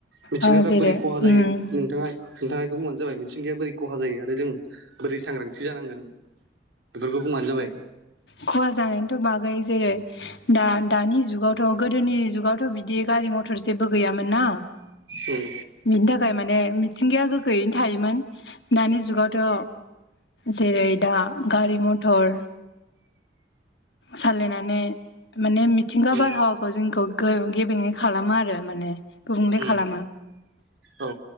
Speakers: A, on the right (about 80°); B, on the left (about 70°).
A: मिथिंगाफ्रा
B: आं जेरै
A: बोरै खहा जायो
B: उम
A: नोंथाङा नोंथाङा इखो बुंबानो जाबाय मिथिंगाया बोरै खहा जायो आरो जों बोरै सांग्रांथि जानांगोन बेफोरखौ बुंबानो जाबाय
B: खहा जानायनिथ' बागै जेरै दा दानि जुगावथ' गोदोनि जुगाव थ' बिदि गारि मटर जेबो गैयामोन ना
A: उम
B: बिनि थाखाय माने मिथिंगाया गोग्गोयैनो थायोमोन दानि जुगावथ' जेरै दा गारि मटर सालायनानै माने मिथिंगा
A: उम
B: बारहावा खौ जोंखौ गेबेङै खालामो आरो माने गुबुंले
A: उम
B: खालामो
A: औ